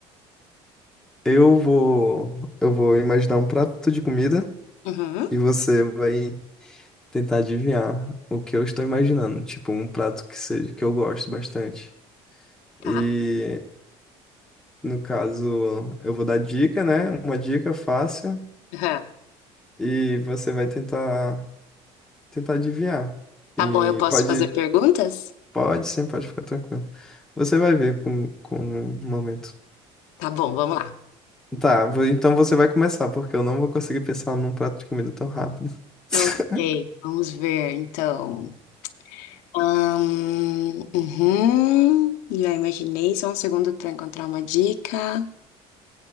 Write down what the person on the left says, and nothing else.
Uhum.
Tá.
Aham.
Tá bom, eu posso
fazer perguntas?
Tá bom, vamos lá.
Ok, vamos ver então. Ahn, uhum, já imaginei, só um segundo para encontrar uma dica.